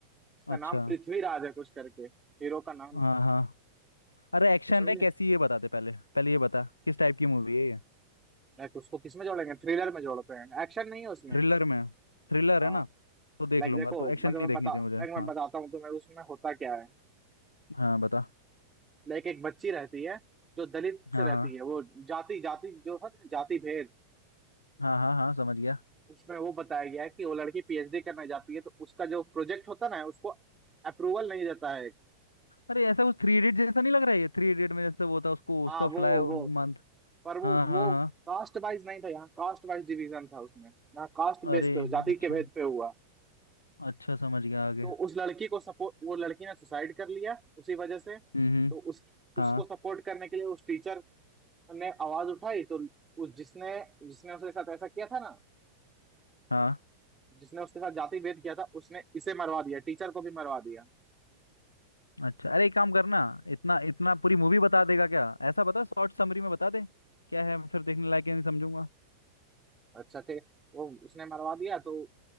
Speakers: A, on the right; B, on the left.
A: उसका नाम
B: अच्छा
A: पृथ्वीराज है कुछ करके हीरो का नाम
B: हाँ हाँ अरे एक्शन
A: तो समझे
B: है कैसी ये बता दे पहले पहले ये बता किस टाइप की मूवी है ये
A: लाइक उसको किसमें जोड़ेंगे थ्रिलर में जोड़ते हैं एक्शन नहीं है उसमें
B: थ्रिलर में थ्रिलर
A: हाँ
B: है ना तो देख
A: लाइक
B: लूंगा
A: देखो
B: तो एक्शन
A: मतलब मैं तुम्हें
B: नहीं देखनी
A: बता
B: थी मुझे
A: लाइक मैं
B: हाँ
A: बताता हूँ तुम्हें उसमें होता क्या है
B: हाँ बता
A: लाइक एक बच्ची रहती है जो दलित
B: हाँ
A: से रहती
B: हाँ
A: है वो जाति जाति जो है ना, जाति भेद
B: हाँ हाँ हाँ समझ गया
A: उसमें वो बताया गया है कि वो लड़की पीएचडी करने जाती है तो उसका जो प्रोजेक्ट होता है ना उसको अप्रूवल नहीं देता है
B: अरे ऐसा कुछ थ्री इडियट जैसा नहीं लग रहा है ये थ्री इडियट में जैसे वो था उसको
A: हाँ
B: उसका
A: वो
B: फ्लाई
A: वो
B: मंथ
A: पर वो
B: हाँ हाँ
A: वो
B: हाँ
A: कास्ट वाइज नहीं था यहाँ कास्ट वाइज डिवीजन था उसमें यहाँ कास्ट बेस
B: अरे
A: पे जाति
B: अच्छा
A: के भेद पे हुआ
B: अच्छा समझ गया आगे
A: तो उस लड़की को सपोर्ट वो लड़की ने सुसाइड कर लिया उसी वजह से
B: हम्म हम्म,
A: तो उस उसको
B: हाँ
A: सपोर्ट करने के लिए उस टीचर ने आवाज उठाई तो उस जिसने जिसने उसके साथ ऐसा किया था ना
B: हाँ
A: जिसने उसके साथ जाति भेद किया था उसने इसे मरवा दिया टीचर को भी मरवा दिया
B: अच्छा अरे एक काम करना इतना इतना पूरी मूवी बता देगा क्या ऐसा बता शॉर्ट समरी में बता दे क्या है फिर देखने लायक है नहीं समझूंगा
A: अच्छा थे वो उसने मरवा दिया तो